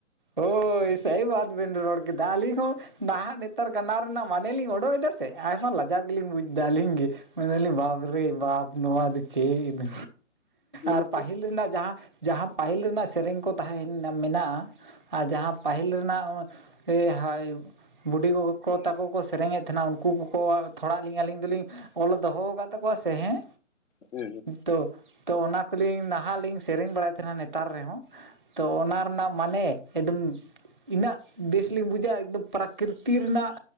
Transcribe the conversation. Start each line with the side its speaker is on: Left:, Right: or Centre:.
Centre: ᱦᱳᱭ ᱥᱟᱦᱤ ᱵᱟᱛ ᱵᱤᱱ ᱨᱚᱲ ᱠᱮᱫᱟ ᱟᱞᱤᱧ ᱷᱚᱸ ᱱᱟᱦᱟᱼᱜ ᱱᱮᱛᱟᱨ ᱠᱟᱱᱟ ᱨᱮᱱᱟᱜ ᱢᱟᱱᱮ ᱞᱤᱧ ᱚᱰᱚᱠ ᱫᱟ ᱥᱮ ᱟᱨᱦᱚᱸ ᱞᱟᱡᱟᱣ ᱜᱮᱞᱤᱧ ᱵᱩᱡᱽ ᱮᱫᱟ ᱟᱹᱞᱤᱧ ᱜᱮ ᱢᱮᱱ ᱫᱟᱞᱤᱧ ᱵᱟᱯᱨᱮ ᱵᱟᱯ ᱱᱚᱣᱟ ᱫᱚ ᱪᱮᱫ ᱤᱫᱩ
Left: ᱦᱮᱸ
Centre: ᱟᱨ ᱯᱟᱹᱦᱤᱞ ᱨᱮᱱᱟᱜ ᱡᱟᱦᱟᱸ, ᱡᱟᱦᱟᱸ ᱯᱟᱹᱦᱤᱞ ᱨᱮᱱᱟᱜ ᱥᱮᱨᱮᱧ ᱠᱚ ᱛᱟᱦᱮᱸ ᱢᱮᱱᱟᱜ-ᱟ᱾ ᱟᱨ ᱡᱟᱦᱟᱸ ᱯᱟᱹᱦᱤᱞ ᱨᱮᱱᱟᱜ ᱮ ᱦᱟᱭ ᱵᱩᱰᱤ ᱜᱚᱜᱚ ᱛᱟᱠᱚ ᱠᱚ ᱥᱮᱨᱮᱧᱮᱫ ᱛᱟᱦᱮᱱᱟ ᱩᱱᱠᱩ ᱠᱚᱠᱚ ᱛᱷᱚᱲᱟᱞᱤᱧ ᱟᱹᱞᱤᱧ ᱫᱚᱞᱤᱧ ᱚᱞ ᱫᱚᱦᱚᱣᱟᱠᱟᱫ ᱛᱟᱠᱚᱣᱟ ᱥᱮ ᱦᱮᱸ
Left: ᱦᱩᱸ ᱦᱩᱸ
Centre: ᱛᱚ ᱛᱚ ᱚᱱᱟ ᱠᱚᱞᱤᱧ ᱱᱟᱦᱟᱜ ᱞᱤᱧ ᱥᱮᱨᱮᱧ ᱵᱟᱲᱟᱭᱮᱫ ᱛᱟᱦᱮᱱᱟ ᱱᱮᱛᱟᱨ ᱨᱮᱦᱚᱸ ᱛᱚ ᱚᱱᱟ ᱨᱮᱱᱟᱜ ᱢᱟᱱᱮ ᱮᱠᱫᱚᱢ ᱤᱱᱟᱹᱜ ᱵᱮᱥᱞᱤᱧ ᱵᱩᱡᱟ ᱮᱠᱫᱚᱢ ᱯᱨᱟᱠᱨᱤᱛᱤ ᱨᱮᱱᱟᱜ